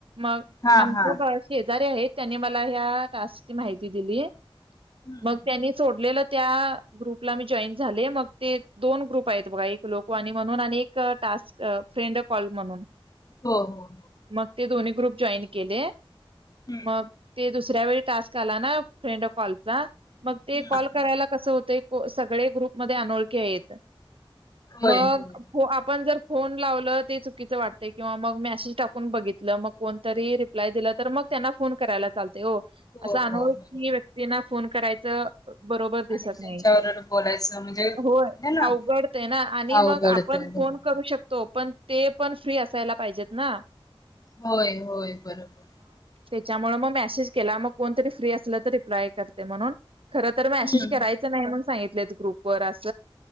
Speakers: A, on the right; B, on the left.
A: मग
B: हा
A: आमच्या
B: हा
A: शेजारी आहेत. त्यांनी मला ह्या टास्क ची माहिती दिली.
B: हम्म
A: मग त्यांनी सोडलेलं. त्या ग्रुपला मी जॉईन झाले मग ते दोन ग्रुप आहेत बघा एक लोकवाणी म्हणून आणि एक टास्क फ्रेंड अ कॉल म्हणून.
B: हो हो हो.
A: मग ते दोन्ही ग्रुप जॉईन केले.
B: हम्म
A: मग ते दु दुऱ्यावेळी टास्क आला ना फ्रेंड ए कॉलचा. मग ते
B: हम्म
A: कॉल
B: हम्म.
A: करायला कसं होतंय. सगळे ग्रुपमध्ये अनोळखे आहेत.
B: होय
A: मग
B: होय
A: आपण जर. फोन लावलं ते चुकीचं वाटत. किंवा मग मेसेज टाकून बघितलं मग कोणतरी रिप्लाय दिलं तर मग त्यांना फोन करायला चाल तय ओ
B: हो
A: असं अनोळखी
B: हो हो
A: व्यक्तींना. फोन करायचं. बरोबर दिसत
B: आणि त्यांच्यावर
A: नाही,
B: बोलायचं म्हणजे
A: होय
B: हे ना
A: अवघडतय ना आणि मग
B: अवघडतय
A: आपण
B: बरोबर
A: फोन करू शकतो. पण ते पण. फ्री असायला पाहिजेत ना.
B: होय होय बरोबर.
A: त्याच्यामुळं मग मेसेज केला मग कोणतरी फ्री असलं तर रिप्लाय करते म्हणून. खरं तर मॅसेज
B: हम्म
A: करायचं नाही म्हण सांगित ल्यात ग्रुप वर अस.